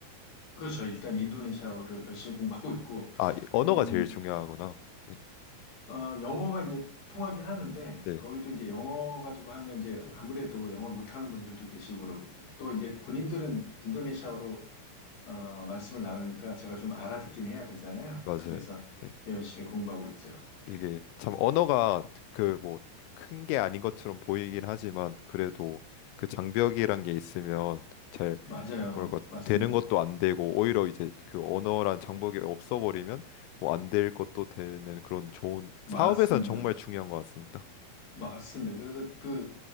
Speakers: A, on the left (about 55°); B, on the left (about 85°).
A: 그렇죠. 일단 인도네시아어를 열심히 공부하고 있고,
B: 아, 이 언어가
A: 음,
B: 제일 중요하구나. 네,
A: 어, 영어가 이제 통하긴 하는데,
B: 네,
A: 거기도 이제 영어 가지고 하면 이제 아무래도 영어를 못하는 분들도 계시고, 그러고 또 이제 본인들은 인도네시아어로 어, 말씀을 나누니까 제가 좀 알아듣긴 해야 되잖아요.
B: 맞아요.
A: 그래서
B: 네,
A: 열심히 공부하고 있죠. 네.
B: 이게 참 언어가 그 뭐 큰 게 아닌 것처럼 보이긴 하지만 그래도 그 장벽이란 게 있으면 잘
A: 맞아요.
B: 뭐랄까
A: 맞습니다.
B: 되는 것도 안 되고 오히려 이제 그 언어란 장벽이 없어버리면 뭐 안 될 것도 되는 그런 좋은
A: 맞습니다.
B: 사업에선 정말 중요한 것 같습니다.
A: 맞습니다. 그래서 그